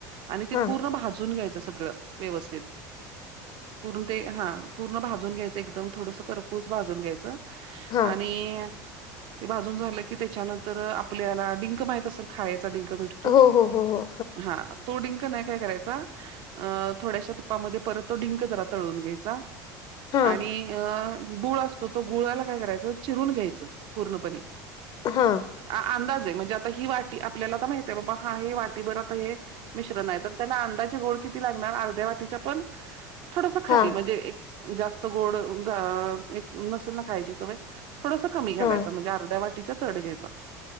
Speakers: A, on the right; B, on the left.
A: आणी ते
B: हा
A: पूर्ण भाजून घ्यायचं सगळं व्यवस्थित, पूर्ण ते हा पूर्ण भाजून घ्यायचं एकदम थोडस करफूस भाजून घ्यायचं
B: हा
A: आणि ते भाजून झालं की त्याच्यानंतर, आपल्याला डिंक माहित असेल खायचा डिंक भेट तो...
B: हो हो हो हो
A: हा तो डिंक नाही काय करायचा अ.. थोड्याश्या तुपामध्ये परत तो डिंक जरा तळून घ्यायचा.
B: हा
A: आणि अ.. गुळच तर तो गुळाला काय करायचं, चिरून घ्यायचं पूर्णपणे.
B: हा
A: आ.. अंदाजे, म्हणजे आता ही वाटी आपल्याला आता माहिती आहे, बाबा हा हे वाटीभर आता हे मिश्रण आहे तर- त्यांना अंदाजे गोड किती लागणार, अर्ध्या वाटीच्या पण.. थोडस खाली
B: हा
A: म्हणजे- जास्त गोड अ.. एक नसेल ना... खायची सवय थोडंस कमी घालायच
B: हा
A: म्हणजे अर्ध्या वाटीच चढ घ्यायचं.